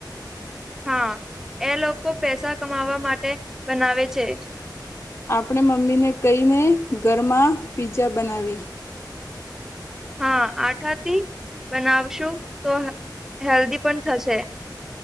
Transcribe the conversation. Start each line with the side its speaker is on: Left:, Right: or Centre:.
Centre: હા એ લોકો પૈસા કમાવા માટે બનાવે છે.
Left: આપણે મમ્મીને કહીને ઘરમાં પીઝા બનાવી.
Centre: હા આઠાથી બનાવશું તો હેલ્ધી પણ થશે.